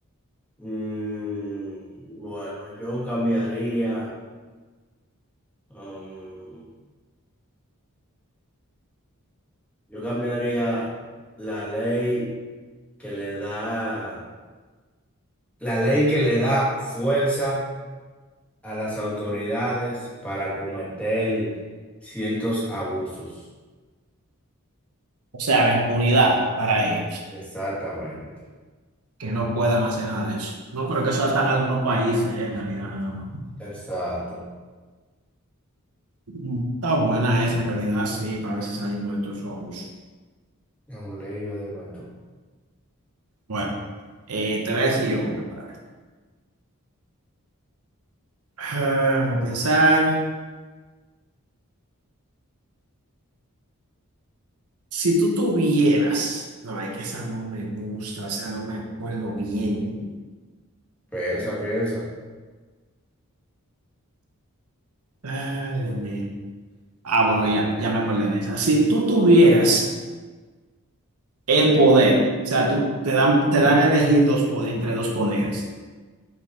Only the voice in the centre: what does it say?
Mm, bueno, yo cambiaría, um, yo cambiaría la ley que le da, la ley que le da fuerza a las autoridades para cometer ciertos abusos.
E-
Exactamente.
Exacto,
es un lío, dime tú.
Piensa, piensa.